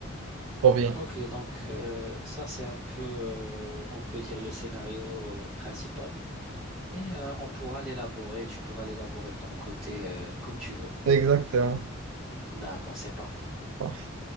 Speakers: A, on the right (about 85°); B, in the centre.
A: Trop bien.
B: Ok, donc euh, ça, c'est un peu, euh, on peut dire, le scénario euh, principal. Et euh, on pourra l'élaborer, tu pourras l'élaborer de ton côté euh, comme tu veux.
A: Exactement.
B: D'accord, c'est parfait.
A: Parfait.